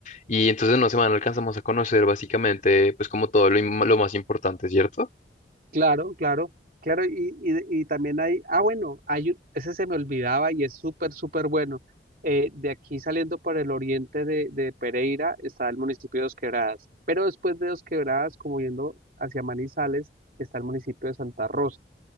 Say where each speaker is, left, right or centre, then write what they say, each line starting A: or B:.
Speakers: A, on the left; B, on the right.
A: Y entonces en una semana alcanzamos a conocer básicamente, pues como todo lo, im- lo más importante, ¿cierto?
B: Claro, claro, claro, y, y, y también hay, ah, bueno, hay un- ese se me olvidaba y es súper, súper bueno. Eh, de aquí saliendo por el oriente de, de Pereira está el municipio de Dos Quebradas, pero después de Dos Quebradas, como yendo hacia Manizales, está el municipio de Santa Rosa,